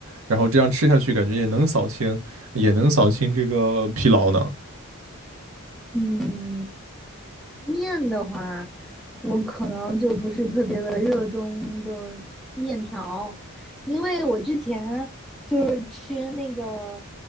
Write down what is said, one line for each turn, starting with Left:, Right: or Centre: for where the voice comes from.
Right: 然后这样吃下去，感觉也能扫清，也能扫清这个疲劳呢。
Centre: 嗯，面的话，我可能就不是特别的热衷，就是面条，因为我之前就是吃那个